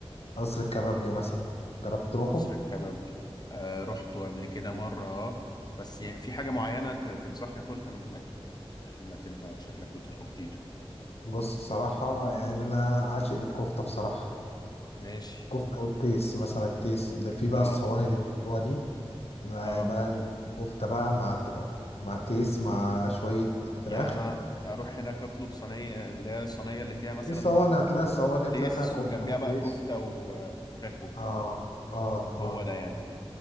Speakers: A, on the left; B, on the left.
A: قصر الكبابجي مثلا جربت تروحه
B: قصر الكبابجي آه رحته قبل كده مره اه بس ي- في حاجه معينه ت- تنصحني اكلها من هناك انك انت شكلك بتروحه كتير
A: بص بصراحه يعني انا عاشق للكفته بصراحه
B: ماشي
A: كفته والتيس مثلا التيس اللي فيه بقى
B: اه
A: الصواني اللي بيعملوها دي بقى
B: اه
A: بقى كفته بقى مع ت- مع تيس مع شويه فراخ
B: يعني انا اروح هناك اطلب صينيه اللي هي الصينيه اللي فيها مثلا
A: في صواني هتلاقي الصواني هتلاقي
B: تيس
A: فيها كفتة
B: وجنبها
A: وتيس
B: بقى كفته و- وفراخ وبتاع
A: اه اه
B: هو
A: اه
B: ده يعني